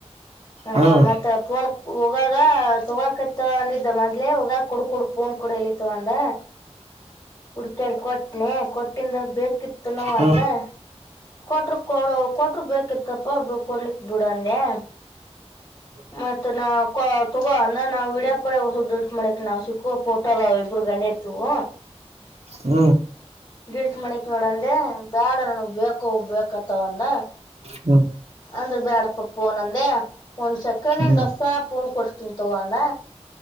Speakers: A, on the left; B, on the right.
A: ಹ
B: ಹ್ಮ್
A: ಮತ್ತ ಪನ್ ಒೋಗಾಗ ತಗೋಕತ್ ಅಂದಿದ್ದ ಮದ್ಲೆ ಒೋಗಾಗ ಕೊಡು ಕೊಡು ಪ ಅನ್ ಕೊಡ ಎಿತವ ಅಂದ ಹಡ್ಕಾಡ್ ಕೊಟ್ಟ ಕೊಟ್ಟಿಂದ ಬೇಕಿತ್ತುನು
B: ಹ್ಮ್
A: ಅಂದ ಕೊಟರು ಕೊಡು ಕೊಟರು ಬೇಕಿತ್ತು ಕಪ್ಪಬ್ಬ ಕೊಡ್ಲಿಕ್ ಬಿಡಂದೆ
B: ಹ
A: ಮತ್ತತ್ ನಾ ತಗೋ ಅಂದ ನಾವವು ವೀಡಿಯೋ ಪಡೆ ಹೊಸ ಡಿಲೀಟ್ ಮಾಡಕ್ ನಾವವು ಸಿಕ್ಕ ಫೋಟೋದ ಇಬ್ರಗ್ ಬ್ಣೆ ಎಡ್ತವ
B: ಹ್ಮ
A: ಗಿರ್ಟ್ ಮಣಿಕ್ ನೋಡಂದೆ ಬ್ಯಾಡ ನನಗ್ ಬೇಕು ಹಬ್ ಬತ್ತವ ಅಂದ
B: ಹ್ಮ
A: ಅಂದ್ರ ಬ್ಯಾಡಪ್ಪ ಫೋನ್ ಅಂದೆ ಒಂದ್ ಸೆಕೆಂಡ್
B: ಹ್ಮ್
A: ಹ್ಯಾಂಡ್
B: ಹ್ಮ್ ಹ್ಮ್ ಹ್ಮ್ ಹ್ಮ್ ಹ್ಮ್ ಹ್ಮ್
A: ಹೊಸ
B: ಹ್ಮ್
A: ಪಫೋನ್ ಕೊಡ್ತೀನ್ ತಗಂದ